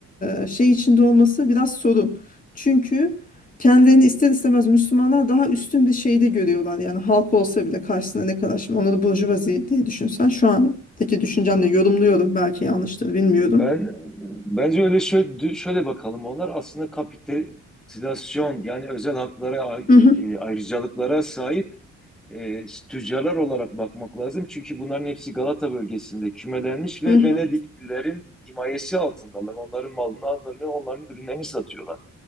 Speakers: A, on the left; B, in the centre.
A: e, şey içinde olması biraz sorun. Çünkü kendilerini ister istemez Müslümanlar daha üstün bir şeyde görüyorlar. Yani halk olsa bile karşısında ne kadar şimdi onları burjuvazi diye düşünsen şu andaki düşüncemle yorumluyorum. Belki yanlıştır bilmiyorum.
B: Ben bence öyle şöyle, şöyle bakalım onlar aslında kapitülasyon yani özel haklara ay-
A: Hı hı,
B: e, ayrıcalıklara sahip e, tüccarlar olarak bakmak lazım. Çünkü bunların hepsi Galata bölgesinde kümelenmiş ve
A: hı hı.
B: Venediklilerin himayesi altındalar. Onların mallarını, onların ürünlerini satıyorlar.